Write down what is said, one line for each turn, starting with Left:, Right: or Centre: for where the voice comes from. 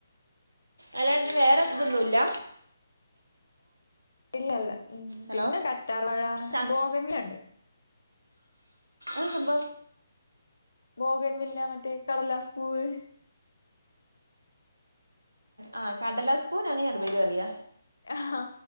Right: അല്ലന് വേറെതൊന്നും ഇല്ല
Left: ഇല്ലല്ല
Right: ഹലോ
Left: പിന്നെ കറ്റാറ വഴ
Right: ചാക്ക്
Left: ബോഗന്മുണ്ട്
Right: അ ഹബ
Left: മോഗൻ വില്ല മറ്റേ കടലാസ് പൂവ്
Right: ആ കടലാസ്പൂ അങ്ങനെ ഞാൻ പേടി പറയ
Left: ആ